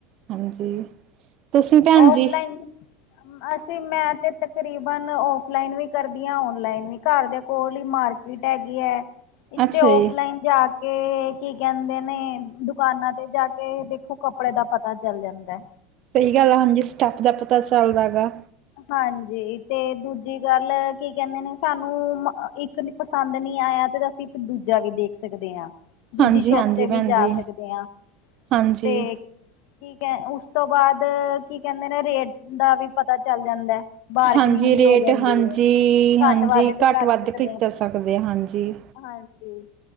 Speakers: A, on the right (about 50°); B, on the left (about 60°).
A: ਹਾਂਜੀ। ਤੁਸੀਂ ਭੈਣ
B: ਔਫਲਾਈਨ
A: ਜੀ
B: ਅਸੀਂ ਮੈਂ ਤੇ ਤਕਰੀਬਨ ਔਫਲਾਈਨ ਵੀ ਕਰਦੀ ਆ ਔਨਲਾਈਨ ਵੀ ਘਰ ਦੇ ਕੋਲ ਈ ਮਾਰ ਸੀਟ ਹੈਗੀ ਐ, ਇੱਥੇ
A: ਅੱਛਾ
B: ਔਫਲਾਈਨ
A: ਜੀ
B: ਜਾ ਕੇ ਕੀ ਕਹਿੰਦੇ ਨੇ ਦੁਕਾਨਾਂ ਤੇ ਜਾ ਕੇ ਦੇਖੋ ਕੱਪੜੇ ਦਾ ਪਤਾ ਚਲ ਜਾਂਦਾ ਐ।
A: ਸਹੀ ਗੱਲ ਆ ਹਾਂਜੀ ਸਟੱਫ ਦਾ ਪਤਾ ਚਲਦਾ ਗਾ
B: ਹਾਂਜੀ ਤੇ ਦੂਜੀ ਗੱਲ ਕੀ ਕਹਿੰਦੇ ਨੇ ਸਾਨੂੰ ਮ ਇੱਕ ਪਸੰਦ ਨੀ ਆਇਆ ਤੇ ਅਸੀਂ ਇੱਕ ਦੂਜਾ ਵੀ ਦੇਖ ਸਕਦੇ ਆ। ਦੂਜੀ
A: ਹਾਂਜੀ
B: ਸ਼ੋਪ
A: ਹਾਂਜੀ
B: ਤੇ
A: ਭੈਣ
B: ਵੀ ਜਾ
A: ਜੀ
B: ਸਕਦੇ ਆ
A: ਹਾਂਜੀ
B: ਤੇ ਠੀਕ ਐ ਉਸ ਤੋਂ ਬਾਅਦ ਕੀ ਕਹਿੰਦੇ ਨੇ ਰੇਟ ਦਾ ਵੀ ਪਤਾ ਚੱਲ ਜਾਂਦਾ। ਬਾਰਗਨਿੰਗ
A: ਹਾਂਜੀ ਰੇਟ
B: ਹੋ ਜਾਂਦੀ
A: ਹਾਂਜੀ
B: ਐ, ਘੱਟ
A: ਹਾਂਜੀ
B: ਵੱਧ ਵੀ
A: ਘੱਟ
B: ਕਰਦੇ
A: ਵੱਧ ਕਰ
B: ਆ ਆਪਾ।
A: ਸਕਦੇ ਆ ਹਾਂਜੀ
B: ਹਾਂਜੀ।